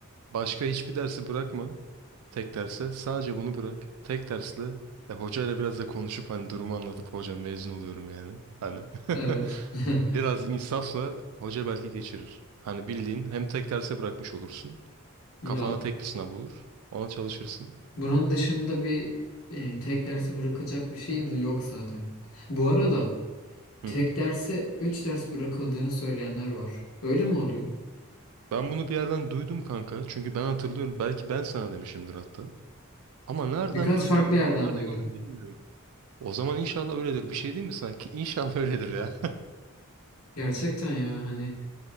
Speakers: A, on the right; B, on the left.
A: Başka hiçbir dersi bırakma. Tek derse sadece bunu bırak. Tek dersle ya hocayla biraz da konuşup hani durumu anlatıp hocam mezun oluyorum yani. Hani
B: Evet.
A: <laughs>
B: <laughs>
A: biraz insafla hoca belki geçirir. Hani bildiğin hem tek derse bırakmış olursun.
B: Ya
A: Kafana tek bir sınav olur. Ona çalışırsın.
B: bunun dışında bir e, tek derse bırakacak bir şeyimiz yok zaten. Bu arada
A: Hı hı.
B: tek
A: Hı.
B: derse 3 ders bırakıldığını söyleyenler var. Öyle mi oluyor?
A: Ben bunu bir yerden duydum kanka. Çünkü ben hatırlıyorum. Belki ben sana demişimdir hatta. Ama nereden
B: Birkaç
A: duyduğum,
B: farklı yerden
A: nerede
B: duydum.
A: gördüm bilmiyorum. O zaman inşallah öyledir. Bir şey değil mi sanki? İnşallah öyledir ya.
B: Gerçekten ya hani